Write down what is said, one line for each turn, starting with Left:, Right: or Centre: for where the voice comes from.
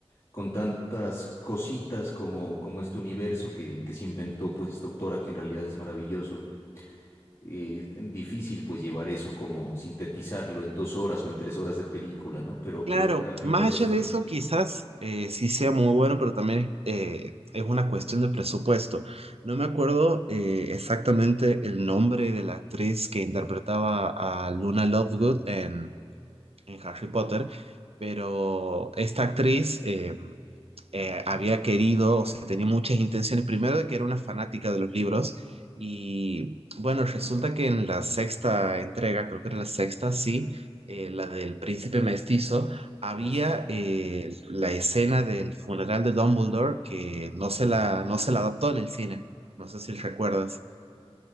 Left: con tantas cositas como, como este universo que, que se inventó pues esta autora que en realidad es maravilloso. Eh, difícil pues llevar eso como sintetizarlo en dos horas o en tres horas de película, ¿no? Pero,
Right: Claro,
Left: pero a, a mi
Right: más
Left: parecer...
Right: allá de
Left: Muy
Right: eso,
Left: bien.
Right: quizás eh, sí sea muy bueno, pero también eh, es una cuestión de presupuesto. No me acuerdo eh, exactamente el nombre de la actriz que interpretaba a Luna Lovegood en, en Harry Potter, pero esta actriz, eh, eh, había querido, o sea, tenía muchas intenciones, primero de que era una fanática de los libros y bueno, resulta que en la sexta entrega, creo que era la sexta, sí, eh, la del príncipe mestizo, había
Left: Ah, sí.
Right: eh, la escena del funeral de Dumbledore que no se la, no se la adaptó en el cine, no sé si recuerdas.